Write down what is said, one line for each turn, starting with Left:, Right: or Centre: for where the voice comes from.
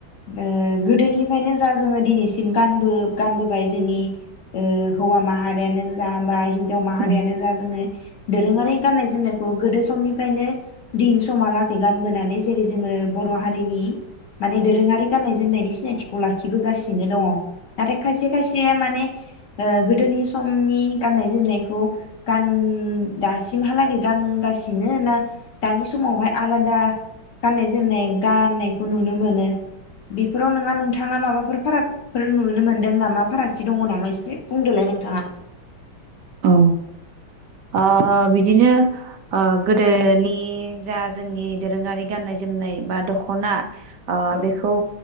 Left: ओ-गोदोनिफ्रायनो जा जोङो दिनैसिम गानबो गानबोबाय जोंनि हौवा माहारियानो जा बा आव माहारियानो
Right: औ
Left: जा जोङो दोरोङारि गाननाय जोमनायखौ गोदो समनिफ्रायनो दिन समालागै गानबोनानै जेरै जोङो बर' हारिनि माने दो दोरोङारि गाननाय जोमनायनि सिनायथिखौ लाखिबोगासिनो दङ नाथाय खायसे खायसेया माने अ गोदोनि समनि गाननाय जोमनायखौ गान दासिमहालागै गानगासिनो ना दानि समावहाय आलादा गाननाय जोमनाय गाननायखौ नुनो मोनो बेफोराव नोंङा नोंथाङा माबाफोर फारागफोर नुनो मोनदों नामा फारागथि दङ नामा एसे बुंदोलाय नोंथाङा
Right: औ ओ बिदिनो ओ गोदोनि जा जोंनि दोरोङारि गाननाय जोमनाय बा दख'ना अ
Left: औ
Right: बेखौ